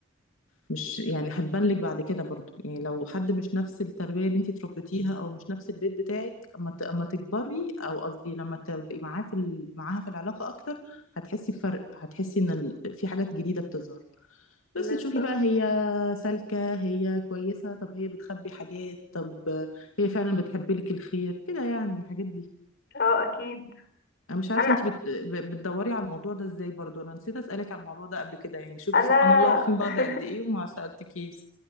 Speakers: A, on the left; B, on the left.
A: مش يعني هتبان لك بعد كده برضو يعني لو حد مش نفس التربية اللي انتي اتربيتيها او مش نفس البيت بتاعك اما ت- اما تكبري او قصدي لما تبقي معاه في ال... معاها في العلاقة اكتر هتحسي بفرق هتحسي ان ال... في حاجات جديدة بتظهر
B: بالظبط
A: بس تشوفي بقى هي سالكة هي كويسة طب هي بتخبي حاجات طب هي فعلا بتحب لك الخير كده يعني الحاجات دي
B: اه اكيد
A: انا مش عارفة
B: انا
A: انتي بت... بتدوري على الموضوع ده ازاي برضو انا نسيت اسألك على الموضوع ده قبل كده يعني شوفي
B: انا
A: سبحان الله عارفين بعض
B: <laughs>
A: قد ايه وما سألتكيش